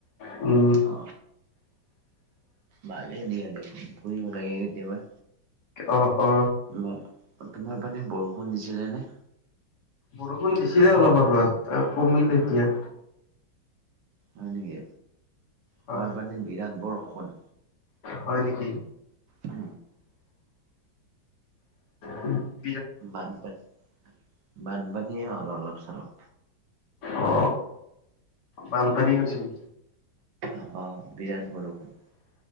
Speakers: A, on the left (about 65°); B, on the right (about 70°).
A: উম
B: অ ভালেই দিয়া দেখোন ফুৰিব লাগে কেতিয়াবা
A: অ অ
B: ম তোমাৰ পানে বৰষুণ দিছিলে নে
A: বৰষুণ দিছিলে অলপ আগত তে কমিল এতিয়া
B: হয় নেকি
A: হয়
B: খোৱাৰ পানী বিৰাট বৰখন
A: হয় নেকি
B: উ
A: উম <unintelligible>
B: বানপানী বানপানীয়ে হ'ল অলপ চলপ
A: অ বানপানী হৈছিল নেকি
B: অ অ বিৰাট বৰুষুণ